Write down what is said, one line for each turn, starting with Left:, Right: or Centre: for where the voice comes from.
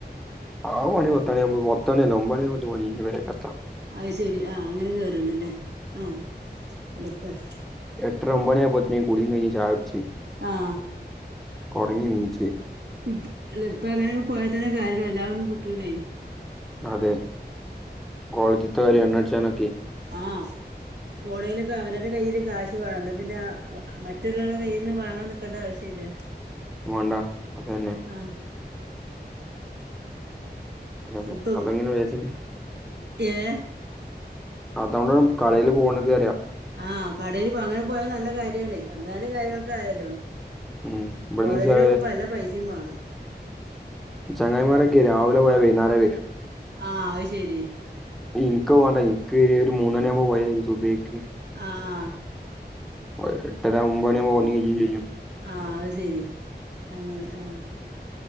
Centre: ആ. പണി പത്തുണി. പത്തു മണി അല്ല ഓമത് മണി പണി കഴിഞ്ഞ് പറക്കും എത്താമം
Right: അയിശെരി. ആഹ. അങ്ങനെ കേറണ്ട്ല്ലേ.. അഹ. <unintelligible>
Centre: ട്ടരാ. ഒബണി ആവുമോഴാത്തക്. കുളീം. കഴിഞ്ഞ്. ചായൊട്
Right: ആഹ
Centre: കൊറങ്ങിണീച്
Right: ഇപ്പ്‌ ഇപ്പഅങ്ങനെയൊക്കെ പോയാതന്നെ കാര്യള്ളൂ എല്ലാ ഒന്നും കിട്ടൂലെ
Centre: അതെ കോളേജ്ത്തെ ര്യ എണ്ണടിച്ഛനൊക്കെ
Right: ആഹ പോണെയിലൊക്കെ അവനന്റെ കയ് കാശ് വേണ് ന്നപിന്നെ മറ്റുള്ളോരുടെ കയ്യിൽന്ന് വാങ്ങാൻ നിക്കണ്ട ആവശ്യല്ല
Centre: വണ്ട അതെന്നെ
Right: ആഹ്
Centre: അങ്ങനെ
Right: നുപ്പൊത്
Centre: അതങ്ങനെ വിചാരിച്ച്
Right: ഏ
Centre: അതൊണ്ട് കളയില് പോണത് അറിയ
Right: ആഹ് കടയിൽ പൊ അങ്ങനെ പോയാല് നല്ല കാര്യണേ അവനാന്റെ കാര്യങ്ങള്കായല്ലോ
Centre: ഉം ഇവിടുന്ന്
Right: കോളേജിൽപ്പൊ
Centre: ചെ
Right: നല്ല പൈസിം വേണം
Centre: ചങ്ങായിമാരൊക്കെ രാവിലെ പോയ വൈന്നാരെ വെരു
Right: ആഹ അഹ്ശരി
Centre: ഇൻക്ക് പോണ്ട ഇക്ക് ഒരു മൂന്ന്ണി ആവുമ്പോ പൊയതി സുബൈക്ക്
Right: ആഹ്
Centre: ഏ എട്ടര ഒമ്പത് മണിയാവുമ്പോ <unintelligible> ചെയ്യും
Right: ആഹ് അത് ശെരി അങ്ങനെ ആഹ്